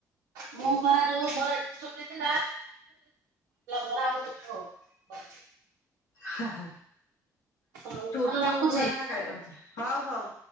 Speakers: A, on the right (about 75°); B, on the left (about 80°).
A: ମୁଁ ପରା ଯୋଉ <unintelligible> <unintelligible> ଆଉ ଚୁଟି ହଉନି।
B: ହ ହ
A: ହଉ
B: ଚୁଟି
A: ତାହେଲେ ରଖୁଛି।
B: ଉପଡା କଥା ଖାଇକ ହଉ ହଉ।